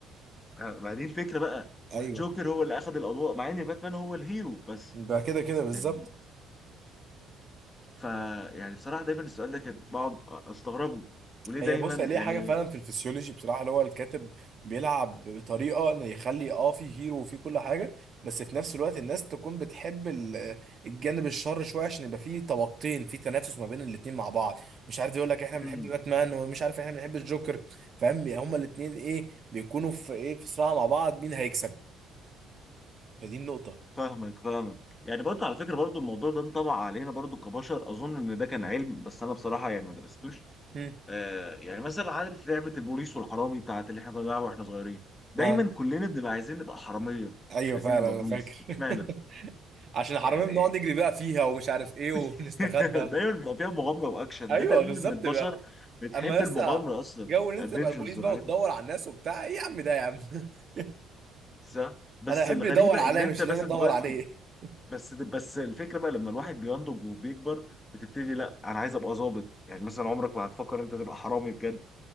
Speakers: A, on the left; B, on the right.
A: آه، ما دي الفكره بقى والجوكر
B: ايوه
A: هو اللي اخذ الاضواء مع ان باتمان هو الهيرو بس
B: ده كده كده بالظبط
A: يعني ف يعني بصراحة دايما السؤال ده كان بقعد استغربه وليه دايما
B: هي بص هي ليها
A: يعني
B: حاجه فعلا في الفسيولوجي بصراحه اللي هو الكاتب بيلعب بطريقه انه يخلي اه في هيرو وفي كل حاجه بس في نفس الوقت الناس تكون بتحب ال- الجانب الشر شويه عشان يبقى في طبقتين في تنافس ما بين الاتنين مع بعض مش عارف يقول لك احنا بنحب
A: امم
B: باتمان ومش عارف احنا بنحب الجوكر فاهم هما الاتنين ايه بيكونوا في ايه في صراع مع بعض مين هيكسب فدي النقطه
A: فاهمك فاهمك يعني برضه على فكرة برضه الموضوع ده انطبع علينا برضه كبشر اظن ان ده كان علم بس انا بصراحة يعني ما درستوش
B: هم.
A: آه يعني مثلا عارف لعبة البوليس والحرامي بتاعت اللي احنا كنا بنلعبها واحنا صغيرين دايما
B: اه
A: كلنا بنبقى عايزين نبقى حرامية
B: ايوه
A: مش عايزين
B: فعلا
A: نبقى
B: انا
A: بوليس
B: فاكر
A: اشمعنى
B: <laughs> عشان حرامي
A: يعني
B: بنقعد نجري بقى فيها ومش عارف ايه ونستخبى
A: <laughs> دايما بيبقى فيها مغامرة واكشن
B: ايوه
A: ده دليل
B: بالظبط
A: ان البشر بتحب
B: اما لسه
A: المغامرة اصلا
B: جو ان انت
A: الادفنتشرز
B: تبقى البوليس بقى
A: والحاجات
B: وتدور على الناس وبتاع ايه يا عم ده يا عم <laughs>
A: صح بس
B: انا احب
A: الغريبه
B: اللي يدور عليا
A: ان انت
B: مش
A: مثلا
B: ان انا ادور
A: دلوقتي
B: عليه <laughs>
A: بس بس الفكره بقى لما الواحد بينضج وبيكبر بتبتدي لا انا عايز ابقى ظابط يعني مثلا عمرك ما هتفكر انت تبقى حرامي بجد